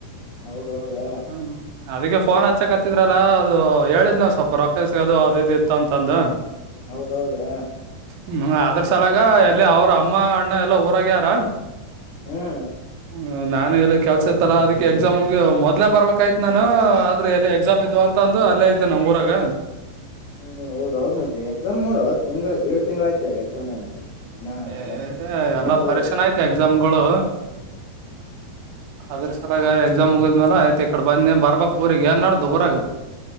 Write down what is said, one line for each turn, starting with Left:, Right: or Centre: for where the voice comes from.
Left: ಹೌದೌದಾ
Right: ಹ್ಮ್ ಅದಕ್ಕೆ ಫೋನ್ ಹಚ್ಚಕ್ತ್ತಿದ್ರಲ್ಲ ಅದು ಹೇಳಿದ್ ನಾವ್ ಸ್ವಲ್ಪ ರೊಕ್ಕಸ್ ಅದು ಅದ ಇದ ಇತ್ತು ಅಂತಂದು
Left: ಹೌದೌದಾ
Right: ಹ್ಮ ಅದ್ರ ಸಲಾಗ ಎಲ್ಲಿ ಅವ್ರ ಅಮ್ಮ ಅಣ್ಣ ಎಲ್ಲಾ ಊರಗೆ ಅವ್ರ.
Left: ಹ್ಮ್
Right: ಹ್ಮ ನಾನು ಎಲ್ಲಿ ಕೆಲ್ಸ ಇತ್ತಲ್ಲ ಅದಕ್ಕೆ ಎಕ್ಸಾಮ್ಗಿ <unintelligible> ಮೊದಲೇ ಬರ್ಬೇಕಾಯ್ತ್ ನಾನು ಆದ್ರೆ ಎಲ್ಲಿ ಎಕ್ಸಾಮ್ ಇದ್ವ ಅಂತ್ ಅಂತ ಅಂದು ಅಲ್ಲೇ ಇದ್ದೆ <unintelligible> ಊರಾಗ.
Left: ಹ ಹೌದೌದ್ ಮತ್ತೆ ಎಕ್ಸಾಮ್ ನೋಡ ತಿಂಗಳ <unintelligible> ದೇಡ್ ತಿಂಗಳ ಆಯ್ತ ಎಕ್ಸಾಮ್ <unintelligible>
Right: <unintelligible>
Left: ಮೊನ್ನೆ ಮುಗ್ದವ್
Right: ಎಸಾಮ್ಗಳು ಅದ್ರ ಸಲ ಎಕ್ಸಾಮ್ ಮುಗಿದ್ಮೇಲ ಆಯ್ತಡೆ ಬಂದ ಬರ್ <unintelligible> ಏನ್ ನಡದ್ ಊರಾಗ